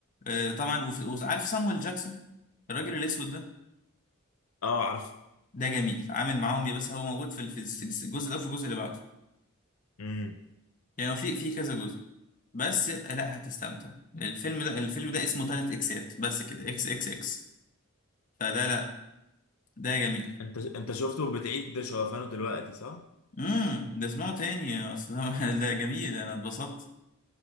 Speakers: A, on the left (about 40°); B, on the left (about 85°).
A: آه، طبعا وف- وعارف صامويل جاكسون الراجل الاسود ده
B: اه عارف
A: ده جميل عامل معاهم يا بس هو موجود في في الجزء ده وفي الجزء اللي بعده
B: امم
A: يعني هو في في كذا جزء بس لا هتستمتع الفيلم ده الفيلم ده اسمه تلات اكسات بس كده اكس اكس اكس فده لا ده جميل
B: انت انت شفته بتعيد شوفانه دلوقتي صح
A: امم ده اسمعه تاني اصل ده <laughs> ده جميل انا اتبسطت